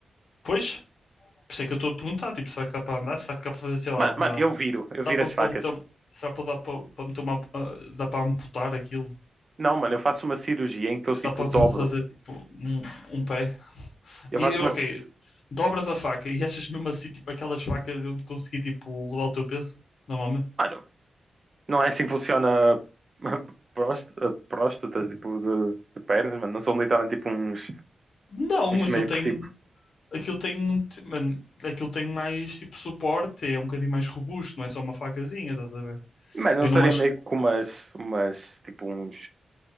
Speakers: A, on the left; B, on the right.
A: Pois, por isso é que eu estou a perguntar, tipo, será que dá para andar? Será que dá para fazer, sei lá,
B: Mano,
A: uma...
B: mano, eu viro, eu
A: Será
B: viro
A: para,
B: as
A: para
B: facas.
A: meter, será para, dar para, para meter uma... ah, Dá para amputar aquilo?
B: Não, mano, eu faço uma cirurgia em que
A: Tipo,
B: eu tipo
A: será para
B: dobro.
A: fazer, tipo, um, um pé?
B: Eu
A: E,
B: faço
A: ok,
B: uma. ci-
A: dobras a faca e <laughs> achas mesmo assim, tipo, aquelas facas onde consegui, tipo, levar o teu peso, normalmente?
B: Mano, não é assim que funciona <laughs> próst- próstatas, tipo, de, de pernas, mano. Não são literalmente tipo uns.
A: Não,
B: uns
A: aquilo
B: meio
A: tem...
B: que tipo.
A: Aquilo tem, mano, aquilo tem mais, tipo, suporte, é um bocadinho mais robusto, não é só uma facazinha, estás a ver?
B: Mano,
A: Eu
B: eu usaria
A: não acho...
B: meio que com umas, umas tipo uns